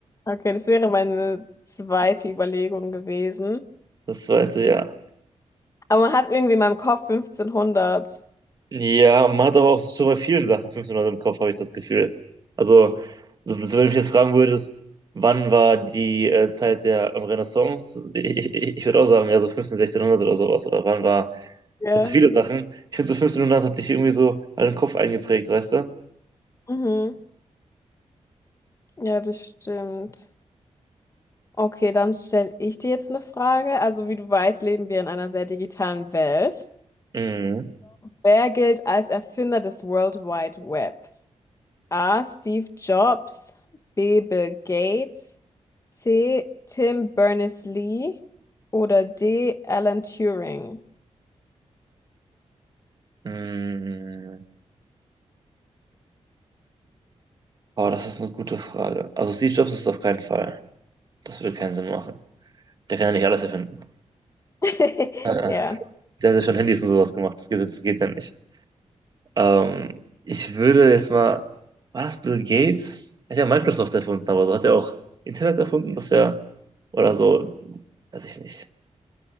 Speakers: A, on the left (about 25°); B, on the right (about 35°).
A: Okay, das wäre meine zweite Überlegung gewesen.
B: das zweite Jahr.
A: Aber man hat irgendwie in meinem Kopf 1500.
B: Ja, man hat aber auch schon bei vielen Sachen 500 im Kopf, habe ich das Gefühl. Also, so, so wenn du mich jetzt fragen würdest, wann war die äh, Zeit der ähm, Renaissance? Ich, ich, ich würde auch sagen, ja, so 15, 1600 oder sowas. Oder wann war,
A: Ja.
B: also viele Sachen. Ich finde, so 1500 hat sich irgendwie so all den Kopf eingeprägt, weißt du?
A: Mhm. Ja, das stimmt. Okay, dann stelle ich dir jetzt eine Frage. Also, wie du weißt, leben wir in einer sehr digitalen Welt.
B: Mhm.
A: Wer gilt als Erfinder des World Wide Web? A. Steve Jobs, B. Bill Gates, C. Tim Berners-Lee oder D. Alan Turing.
B: Mhm. Aber das ist eine gute Frage. Also, Steve Jobs ist es auf keinen Fall. Das würde keinen Sinn machen. Der kann ja nicht alles erfinden.
A: <laughs>
B: Äh,
A: Ja.
B: der hat ja schon Handys und sowas gemacht. Das geht, das geht ja nicht. Ähm, ich würde jetzt mal, war das Bill Gates? Er hat ja Microsoft erfunden, aber so hat er auch Internet erfunden, das ja, oder so, weiß ich nicht.